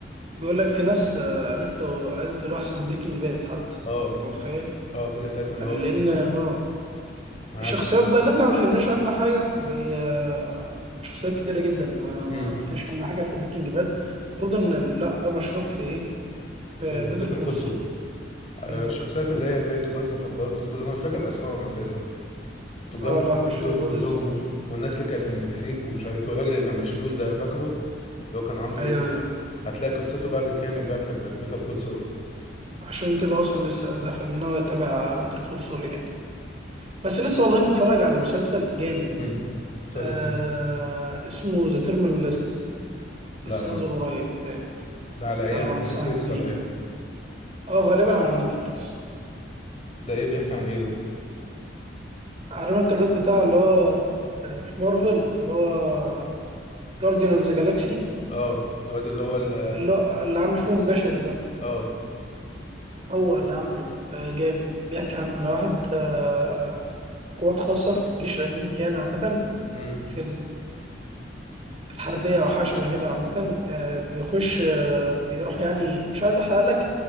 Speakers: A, on the right; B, on the left.
A: بيقول لك في ناس آه، قالت له قالت له احسن من بريكنج باد حتى
B: اه
A: انت متخيل
B: اه في ناس قالت ان
A: يعني
B: هو
A: لان
B: كدراما
A: اه
B: معاك
A: الشخصيات بقى اللي احنا ما فهمناش عنها حاجه زي آه، شخصيات كتيره جدا ما ما
B: امم
A: عرفناش عنها حاجه في بريكنج باد المفروض ان لا ده مشروح في ايه
B: في
A: في
B: بيتر
A: بيتر كول
B: كول
A: سول
B: سول الشخصيات
A: بالظبط
B: اللي هي زي تجار المخدرات دول كلهم انا مش فاكر اسمائهم اساسا تجار
A: اه
B: المخدرات
A: لا مش في
B: دول
A: برضه
B: كلهم
A: اسمه
B: و... والناس اللي كانت من المكسيك ومش عارف ايه والراجل اللي كان مشلول ده فاكره اللي هو كان عنده
A: ايوه ايوه
B: هتلاقي قصته بقى بالكامل بقى في بيتر كول سول
A: عشان كده اصلا لسه داخل ان هو يتابع بيتر كول سول يعني بس لسه والله متفرج على مسلسل جامد
B: امم مسلسل
A: آه
B: ايه
A: اسمه ذا تيرمينال ليست
B: لا
A: لسه
B: ما
A: نازل
B: أعرف.
A: قريب بتاعي
B: ده على ايه
A: لا
B: على
A: لا
B: نتفليكس
A: انصحك بيه
B: ولا ايه
A: اه غالبا على نتفليكس
B: ده ايه بيحكي عن ايه ده
A: عارف انت الواد بتاع اللي هو آه، في مارفل اللي هو جارديان اوف ذا جالاكسي
B: اه الواد اللي هو ال
A: اللي هو اللي عامل فيهم البشري ده
B: اه
A: هو اللي عامله آه جامد بيحكي عن واحد آه، قوات خاصة في الجيش الأمريكي يعني عامة في ال-
B: امم
A: في الحربية أو حاجة شبه كده عامة آه، بيخش آه، بيروح يعني مش عايز أحرق لك